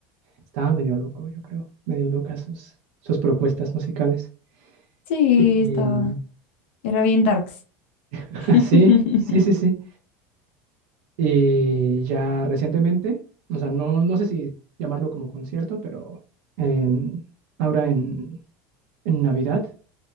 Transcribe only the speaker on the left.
Sí,
estaba. Era bien darks.
<laughs>